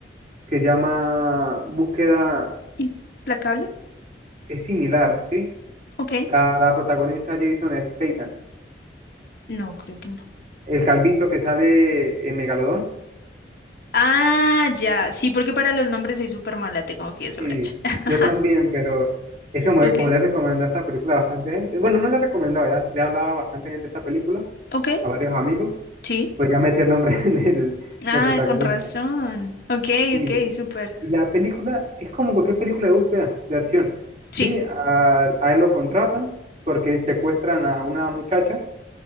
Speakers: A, on the right; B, on the left.
A: se llama Búsqueda,
B: ¿Implacable?
A: es similar, ¿sí?
B: Ok.
A: La, la protagoniza Jason Statham,
B: No, creo que no.
A: el calvito que sale en Megalodón,
B: Ah, ya. Sí, porque para los nombres soy súper mala, te confieso,
A: y
B: Brian. <laughs>
A: yo también, pero es como,
B: Ok.
A: como le recomendé esta película a bastante gente, bueno, no le recomendaba, ya le hablaba a bastante gente esta película,
B: Ok.
A: a varios amigos,
B: Sí.
A: pues ya me decía el nombre <laughs> del
B: Ah,
A: del protagonista.
B: con razón. Ok,
A: Sí,
B: ok, súper.
A: y la película es como cualquier película de búsqueda, de acción.
B: Sí.
A: Sí, a, a él lo contratan porque secuestran a una muchacha